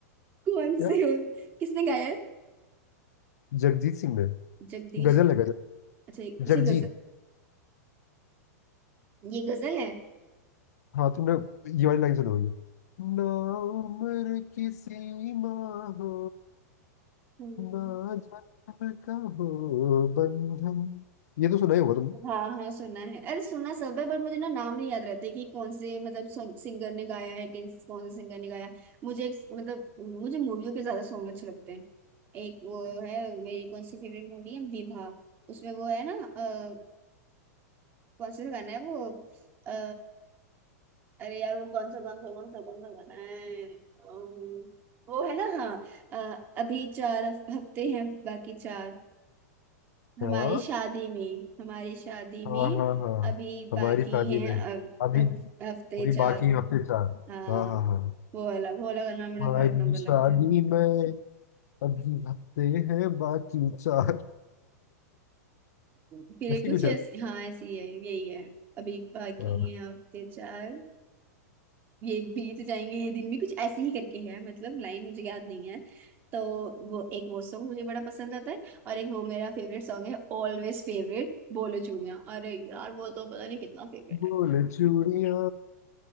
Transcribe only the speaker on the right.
कौन
से हो किसने गाया है
जगदीश
सिंह
अच्छा ये- अच्छा
ये गजल ये गजल है
हम्म,
हाँ हाँ सुना है अरे सुना सब है पर मुझे ना नाम नहीं याद रहते कि कौन से मतलब सिंगर ने गाया है कि कौन से सिंगर ने गाया मुझे एक मतलब मुझे मूवियों के ज्यादा सॉन्ग अच्छे लगते हैं एक वो है मेरी कौन सी फेवरेट मूवी है विवाह उसमें वो है ना अ, कौन सा गाना है वो आ, अरे यार वो कौन सा कौन सा कौन सा कौन सा गाना है अम, वो है ना हाँ अ, अभी चार हफ- हफ्ते हैं बाकी चार हमारी
शादी में हमारी शादी में
अभी
बाकी
हैं
अब,
अब हफ्ते
चार
हाँ
वो वाला वो वाला गाना मुझे
बड़ा एक नंबर
लगता है
फिर ये
कुछ
ऐसी
हाँ ऐसी ही है यही है अभी बाकी
हैं हफ्ते चार ये बीत जाएंगे ये दिन भी कुछ ऐसे ही करके है मतलब लाइन मुझे याद नहीं है तो वो एक वो सॉन्ग मुझे बड़ा पसंद आता है और एक वो मेरा फेवरेट सॉन्ग है ऑलवेज फेवरेट बोलो चूड़ियां अरे यार वो तो पता नहीं कितना फेवरेट
है